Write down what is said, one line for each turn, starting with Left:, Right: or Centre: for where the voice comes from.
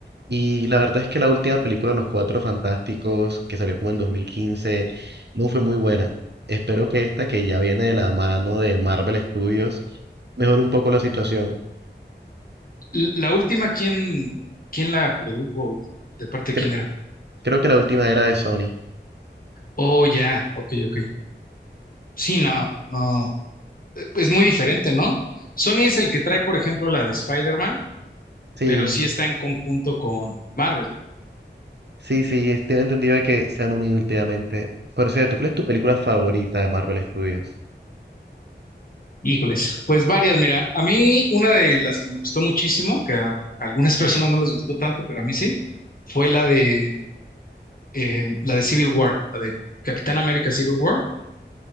Right: Y la verdad es que la última película, Los Cuatro Fantásticos, que salió como en 2015, no fue muy buena. Espero que esta, que ya viene de la mano de Marvel Studios, mejore un poco la situación.
Left: L- La última, ¿quién, quién la produjo? ¿De parte de
Right: Cre-
Left: quién era?
Right: creo que la última era de Sony.
Left: Oh, ya, ok, ok. Sí, no, no. Es muy diferente, ¿no? Sony es el que trae, por ejemplo, la de Spider-Man,
Right: Sí,
Left: pero sí está en conjunto con Marvel.
Right: sí, sí, tengo entendido de que se han unido últimamente. Por cierto, ¿cuál es tu película favorita de Marvel Studios?
Left: Híjoles, pues varias, mira, a mí una de las que me gustó muchísimo, que a algunas <laughs> personas no les gustó tanto, pero a mí sí, fue la de, eh, la de Civil War, la de Capitán América Civil War.